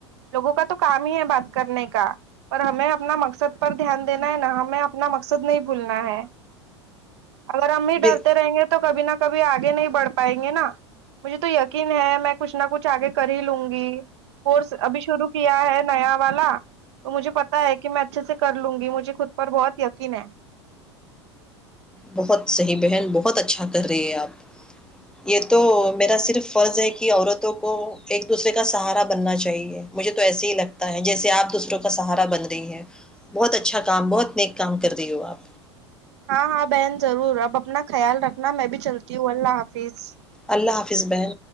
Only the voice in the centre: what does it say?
بے-
بہت صحی بہن بہت اچھا کر رہی ہے آپ یہ تو میرا صرف فرض ہے کہ عورتوں کو ایک دوسرے کا سہارا بننا چاہیے مجھے تو ایسے ہی لگتا ہے جیسے آپ دوسروں کا سہارا بن رہی ہیں بہت اچھا کام بہت نیک کام کر رہی ہو آپ
اللہ حافظ بن